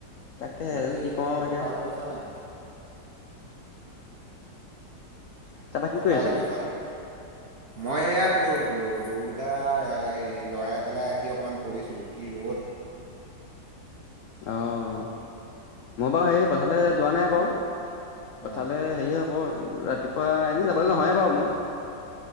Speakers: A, on the left; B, on the right.
A: তাকে,
B: বাকী
A: জানো কি
B: এনেই
A: কওঁ আৰু
B: পথাৰলৈ
A: এতিয়া।
B: গৈছ নাই
A: তাৰপৰা কি
B: পথাৰলৈ
A: কৰি আছ এতিয়া?
B: গৈছ নাই? মই এয়া তোৰ বোলো গৰুকেইটা হে, লৰাই পেলাই আহি অকমান পৰিছো। কি ৰ'দ।
A: অ', মই বাৰু সেই পথাৰলৈ যোৱা নাই বাৰু। পথাৰলে
B: অঁ
A: হেৰি আকৌ ৰাতিপুৱা এনেই যাবলৈ নহয়ে বাৰু মোৰ।